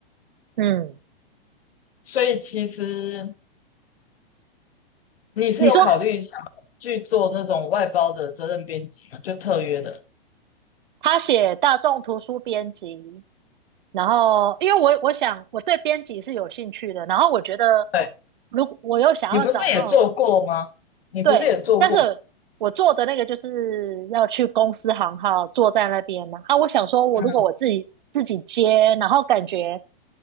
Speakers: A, on the right; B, on the left.
A: 嗯，
B: 所以其实你是有考虑想去做那种外包的责任编辑吗？
A: 你说
B: 就特约的，
A: 他写大众图书编辑，然后因为我我想我对编辑是有兴趣的，然后我觉得
B: 对，
A: 如果我又想要找那种
B: 你不是也做过吗？你不是也做过？
A: 对，但是我做的那个就是要去公司行号坐在那边嘛。啊，我想说，我如果我自己自己接，
B: 嗯，
A: 然后感觉